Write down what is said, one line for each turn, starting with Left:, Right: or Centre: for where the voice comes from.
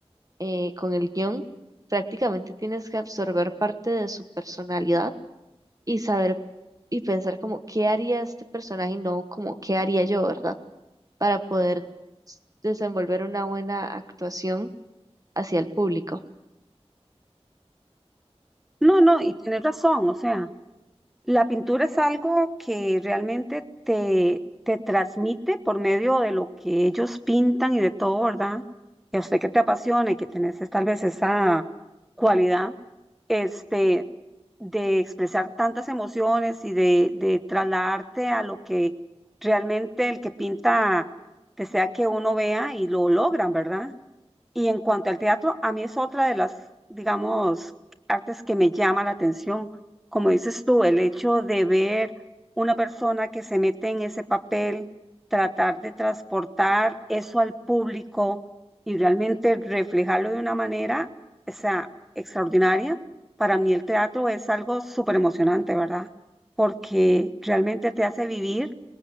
Right: eh, con el guión, prácticamente tienes que absorber parte de su personalidad y saber y pensar como qué haría este personaje y no como qué haría yo, ¿verdad? Para poder s- desenvolver una buena actuación hacia el público.
Centre: No, no, y tienes razón, o sea. La pintura es algo que realmente te, te transmite por medio de lo que ellos pintan y de todo, ¿verdad? Que a usted que te apasiona y que tenés es tal vez esa cualidad, este, de expresar tantas emociones y de, de trasladarte a lo que realmente el que pinta desea que uno vea y lo logran, ¿verdad? Y en cuanto al teatro, a mí es otra de las, digamos, artes que me llama la atención. Como dices tú, el hecho de ver una persona que se mete en ese papel, tratar de transportar eso al público y realmente reflejarlo de una manera, o sea, extraordinaria. Para mí el teatro es algo súper emocionante, ¿verdad? Porque realmente te hace vivir